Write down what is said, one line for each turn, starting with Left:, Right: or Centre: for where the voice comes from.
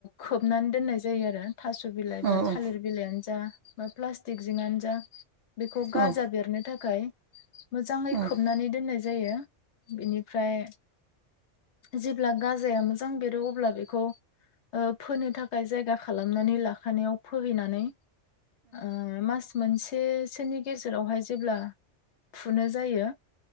Left: खोबनानै दोननाय जायो आरो थास' बिलाइ
Right: औ
Left: बा थालिर बिलायानो जा बा प्लासटिक जिंआनो जा बेखौ
Right: औ
Left: गाजा बेरनो थाखाय मोजाङै
Right: उम उम औ उम औ उम
Left: खोबनानै दोननाय जायो बेनिफ्राय जेब्ला गाजाया मोजां बेरो अब्ला बेखौ ओ फोनो थाखाय जायगा खालामनानै लाखानायाव फोहैनानै ओ मास मोनसेसोनि गेजेराव हाय जेब्ला फुनो जायो